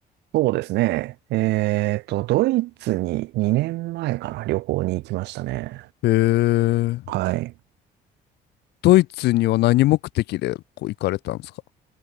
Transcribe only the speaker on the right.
そうですね。えっと、ドイツに2年前かな、旅行に行きましたね。
はい。